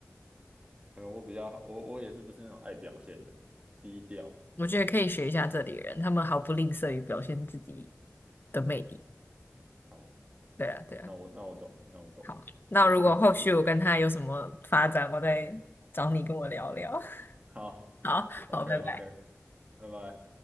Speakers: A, on the right; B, on the left.
A: 可能我比较我我也是不是那种爱表现的，低调，
B: 我觉得可以学一下这里人，他们毫不吝啬于表现自己的魅力。
A: 好，
B: 对啊，对啊。
A: 那我那我懂了，那我懂了，
B: 好，那如果后续我跟他有什么发展，
A: 我之后改进，
B: 我再找你跟我聊聊。
A: 好
B: <laughs> 好好，
A: ，OK
B: 拜拜。
A: OK，拜拜。